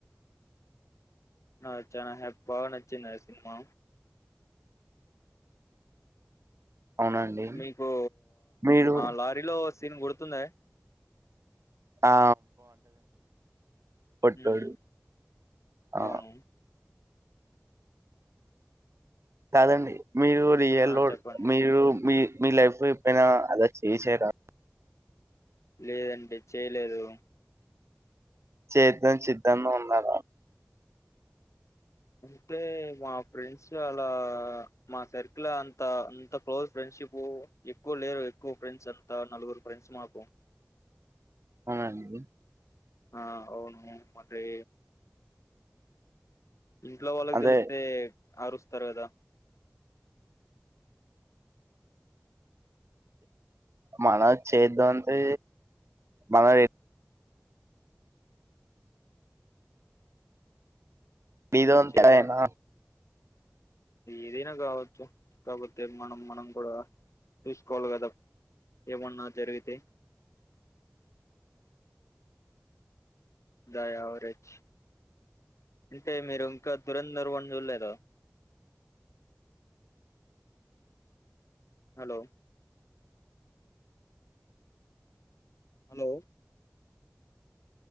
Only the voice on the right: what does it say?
అవునండి
మీరు
ఆ పొట్టోడు
ఆ
కాదండి మీరు రియల్
లోడ్
మీరు మీ మీ లైఫ్ లో ఎప్పుడైనా అలా చేశారా
చేద్దాం చేద్దాం లో ఉన్నదా
అవునండి
అదే
మనం చేద్దాం అంటే మనం
ఇదొంతయేనా